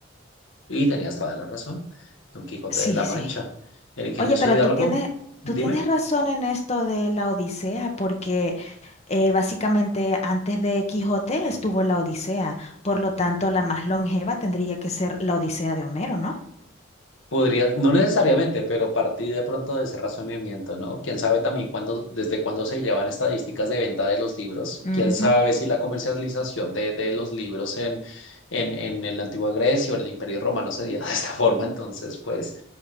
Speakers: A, on the left; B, on the left.
A: Y tenías toda la razón. Don Quijote
B: Sí,
A: de la
B: sí.
A: Mancha. El ingenioso
B: Oye, pero
A: Hidalgo,
B: tú tienes,
A: dime,
B: tú tienes razón en esto de la Odisea, porque eh, básicamente antes de Quijote estuvo la Odisea, por lo tanto la más longeva tendría que ser la Odisea de Homero, ¿no?
A: podría, no necesariamente, pero partí de pronto de ese razonamiento, ¿no? Quién sabe también cuándo, desde cuándo se llevan estadísticas de venta de los libros.
B: Ujú.
A: Quién sabe si la comercialización de, de los libros en, en, en, en la antigua Grecia o en el Imperio Romano se diera <laughs> de esta forma. Entonces, pues,